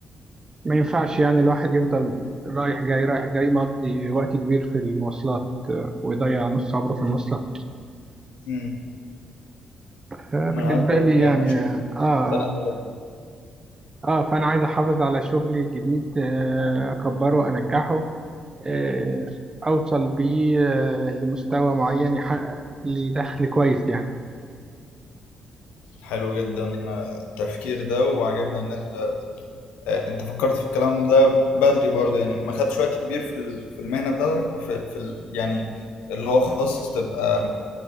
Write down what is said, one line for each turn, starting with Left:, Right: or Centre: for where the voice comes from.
Right: ما ينفعش يعني الواحد يفضل رايح جاي رايح جاي مقضي وقت كبير في المواصلات ويضيع نص عمره في المواصلات
Left: مم.
Right: بالنسبة
Left: من اكبر
Right: لي
Left: المشاكل
Right: يعني آه
Left: التنقلات
Right: آه فأنا عايز أحافظ على شغلي الجديد آه أكبره أنجحه آه أوصل بيه آه لمستوى معين يحقق لي دخل كويس يعني
Left: حلو جدا آه، التفكير ده وعجبني ان انت انت فكرت في الكلام ده بدري برضه يعني ما خدتش وقت كبير في ال- في المهنه بتاعتك في, في ال- يعني اللي هو خلاص تبقى